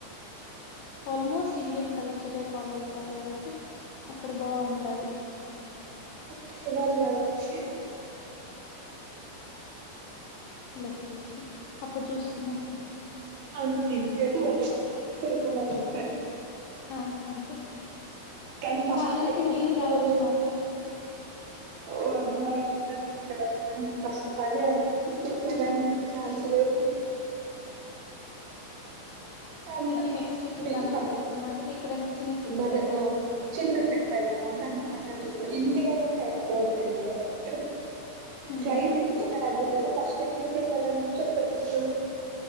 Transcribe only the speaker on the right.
ఓకే ఇవాళ్నే వచ్చి
అంతే ఇంటి సరిపోయినాది అంతే
కానీ ఫస్ట్
కి ఎక్కడ
చెప్పారు
ఓ అది మా ఇట్ నన్ను ఇంకా అంత ఫస్ట్ మనీ అంత తీసుకొచ్చడానికి ఛాన్స్ లేదు హ్మ్ అంత
మీ
ప
మన
ఒ చిన్న ట్రిప్ పెద్దమా అంతంత పెద్ద ట్రిప్ ఇండియాలోనే ఎక్కడో గేజాం అంతే
ఫ్లైట్ ఎక్కుతున్నారు అంటున్నారు ఫస్ట్ ఎక్కడికి వెళ్ళాలంట్ చెప్పారు ఇంట్లో